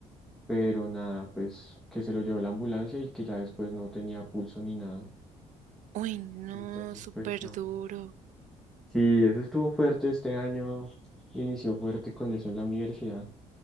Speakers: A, in the centre; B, on the right (about 70°).
A: pero nada, pues que se lo llevó la ambulancia y que ya después no tenía pulso ni nada.
B: Uy, no,
A: Entonces,
B: súper
A: pues no.
B: duro.
A: Sí, eso estuvo fuerte este año, inició fuerte con eso en la universidad,